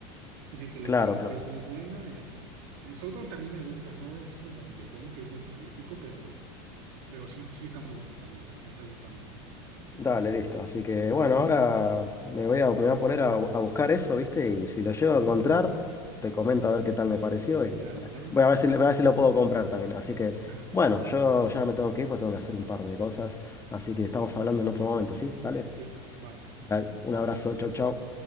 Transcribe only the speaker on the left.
claro,
claro.
Dale, listo. Así que bueno, ahora me voy a, me voy a poner a, bu- a buscar eso, ¿viste? Y si lo llego a encontrar, te comento a ver qué tal me pareció.
Y
bueno,
voy a ver si, voy a ver si lo puedo comprar también. Así que
bueno, yo ya me tengo que ir porque tengo que hacer un par de cosas. Así que estamos hablando en otro momento, ¿sí? Dale.
Dale, un abrazo,
chau, chau.